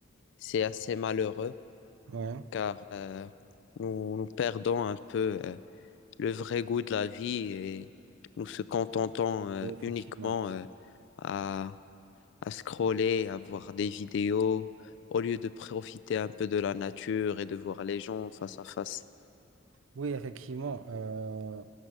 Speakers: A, on the left; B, on the right.
A: C'est assez malheureux
B: ouais,
A: car euh, nous, nous perdons un peu euh, le vrai goût de la vie et nous se contentons euh,
B: oui, effectivement.
A: uniquement euh, à, à scroller, à voir des vidéos, au lieu de profiter un peu de la nature et de voir les gens face à face.
B: Oui, effectivement. euh,